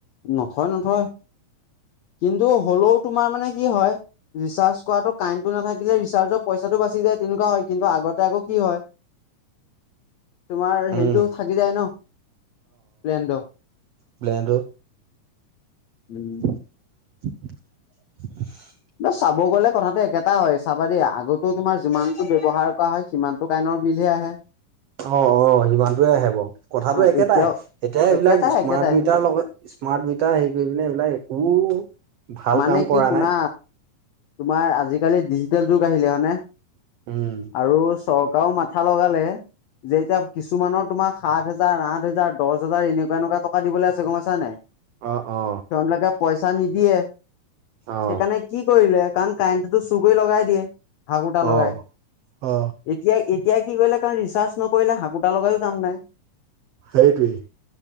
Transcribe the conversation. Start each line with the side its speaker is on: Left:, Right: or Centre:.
Left: নথয় নথয়, কিন্তু হলেও তোমাৰ মানে কি হয় ৰিচাৰ্জ কৰাটো কাৰেণ্টটো নাথাকিলে ৰিচাৰ্জৰ পইচাটো বাচি যায় তেনেকুৱা হয়, কিন্তু আগতে আকৌ কি হয়
Right: <inaudible>
Left: তোমাৰ হেৰিতটো
Right: উম
Left: থাকি যায় ন প্লেনটো।
Right: প্লেনটো।
Left: উম।
Right: <unintelligible>
Left: ন চাব গ'লে কথাটো একে এটা হয় চাবা দেই আগটো তোমাৰ যিমানতটো ব্যৱহাৰ কৰা হয়, সিমানটো কাইনৰ বিলহে আহে।
Right: অ অ সিমানটোৱে আহে ব। কথাটো
Left: অ
Right: একেটাই,
Left: এতিয়াও
Right: এতিয়া এইবিলাক
Left: একেটাই
Right: স্মাৰ্ট
Left: একেটাই
Right: মিটাৰ লগত স্মাৰ্ট মিটাৰ হেৰি কৰি পিনে এইবিলাক একো ভাল
Left: মানে
Right: কাম
Left: কি
Right: কৰা
Left: শুনা
Right: নাই।
Left: তোমাৰ আজিকালি ডিজিটেল যুগ আহিলে হয় নে
Right: উম
Left: আৰু চৰকাৰও মাথা লগালে, যে এতিয়া কিছুমানৰ তোমাৰ সাত হোজাৰ, আঠ হোজাৰ দহ হাজাৰ এনেকুৱা এনেকুৱা টকা দিবলৈ আছে গমাইছা নাই?
Right: অ অ
Left: সিহঁত বিলাকে পইচা নিদিয়ে।
Right: অ
Left: সেইকাৰণে কি কৰিলে, কাৰণ কাৰেণ্টটো চু কৰি লগাই দিয়ে, হাকোটা লগাই।
Right: অ অ
Left: এতিয়া এতিয়া কি কৰিলে কাৰণ, ৰিচাৰ্জ নকৰিলে হাঁকোটা লগাইও কাম নাই।
Right: সেইটোৱেই।